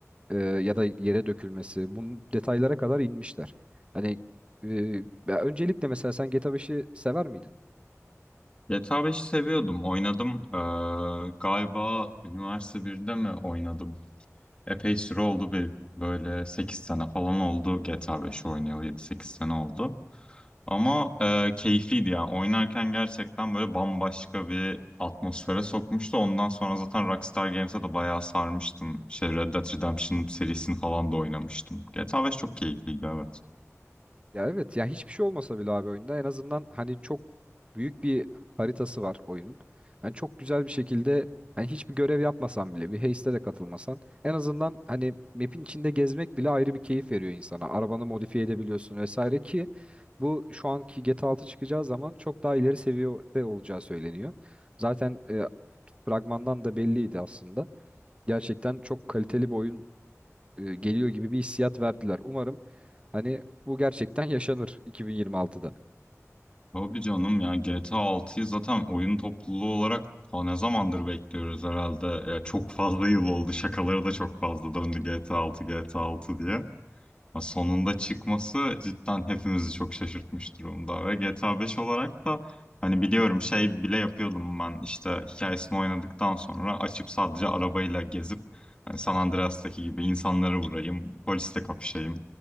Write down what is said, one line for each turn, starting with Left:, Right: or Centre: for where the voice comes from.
Right: e, ya da yere dökülmesi bunun detaylara kadar inmişler. Hani e, ya öncelikle mesela sen GTA 5'i sever miydin?
Left: GTA 5'i seviyordum. Oynadım. Ee, galiba üniversite 1'de mi oynadım? Epey süre oldu. Bir, böyle 8 sene falan oldu GTA 5'i oynayalı. yedi sekiz sene oldu. Ama e, keyifliydi yani. Oynarken gerçekten böyle bambaşka bir atmosfere sokmuştu. Ondan sonra zaten Rockstar Games'e de bayağı sarmıştım. Şey Red Dead Redemption serisini falan da oynamıştım. GTA 5 çok keyifliydi evet.
Right: Ya evet ya hiçbir şey olmasa bile abi oyunda en azından hani çok büyük bir haritası var oyunun. Hani çok güzel bir şekilde hani hiçbir görev yapmasan bile bir heiste de katılmasan en azından hani map'in içinde gezmek bile ayrı bir keyif veriyor insana. Arabanı modifiye edebiliyorsun vesaire ki bu şu anki GTA altı çıkacağı zaman çok daha ileri seviyede olacağı söyleniyor. Zaten e, fragmandan da belliydi aslında. Gerçekten çok kaliteli bir oyun e, geliyor gibi bir hissiyat verdiler. Umarım hani bu gerçekten yaşanır 2026'da.
Left: Tabii canım ya GTA 6'yı zaten oyun topluluğu olarak ta ne zamandır bekliyoruz herhalde. Ya çok fazla yıl oldu. Şakaları da çok fazla döndü GTA 6 GTA 6 diye. Ya sonunda çıkması cidden hepimizi çok şaşırtmış durumda. Ve GTA 5 olarak da hani biliyorum şey bile yapıyordum ben işte hikayesini oynadıktan sonra açıp sadece arabayla gezip hani San Andreas'taki gibi insanları vurayım, polisle kapışayım